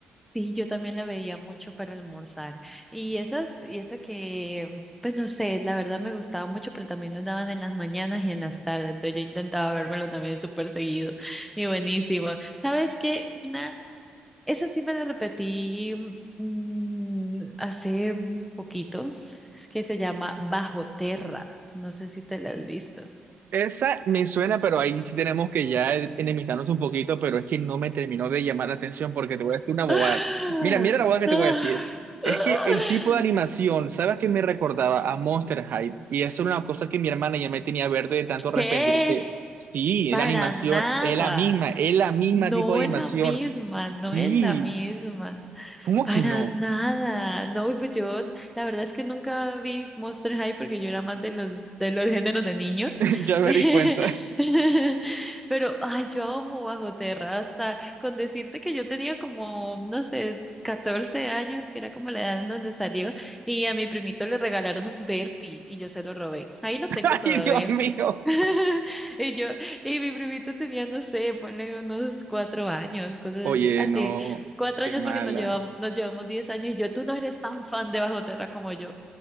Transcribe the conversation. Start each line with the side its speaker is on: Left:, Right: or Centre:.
Centre: Sí, yo también la veía mucho para almorzar. Y esas, y eso que, pues no sé, la verdad me gustaba mucho, pero también lo daban en las mañanas y en las tardes. Entonces yo intentaba vérmelo también súper seguido. Y buenísimo. ¿Sabes qué? Una, esa sí me la repetí mm, hace un poquito. Es que se llama Bajo Terra. No sé si te la has visto.
Right: Esa me suena, pero ahí sí tenemos que ya enemistarnos un poquito, pero es que no me terminó de llamar la atención porque te voy a decir
Centre: <gasps>
Right: una bobada.
Centre: ¡Ah!
Right: Mira, mira la bobada que
Centre: ¡Ah!
Right: te voy a decir. Es
Centre: ¡Ah!
Right: que el tipo de animación, ¿sabes qué me recordaba? A Monster High. Y eso era una cosa que mi hermana ya me tenía verde de tanto arrepentirse.
Centre: ¿Qué?
Right: Sí,
Centre: Para
Right: la animación
Centre: nada.
Right: es la misma, es la misma
Centre: No
Right: tipo de
Centre: es
Right: animación.
Centre: la misma, no
Right: Sí,
Centre: es la misma.
Right: ¿cómo
Centre: Para
Right: que no?
Centre: nada. No, y pues yo, la verdad es que nunca vi Monster High porque yo era más de los, de los géneros de niños.
Right: <laughs> Ya me
Centre: <laughs>
Right: di cuenta.
Centre: Pero, ay, yo amo Bajo Tierra, hasta con decirte que yo tenía como, no sé, 14 años, que era como la edad en donde salió, y a mi primito le regalaron un Berpi y yo se lo robé. Ahí lo tengo
Right: <laughs>
Centre: todavía.
Right: Ay, Dios mío.
Centre: <laughs> Y yo, y mi primito tenía, no sé, ponle unos cuatro años, cosas
Right: Oye,
Centre: así. Así,
Right: no,
Centre: cuatro
Right: qué
Centre: años
Right: mala.
Centre: porque nos llevamos, nos llevamos diez años y yo, tú no eres tan fan de Bajo Terra como yo.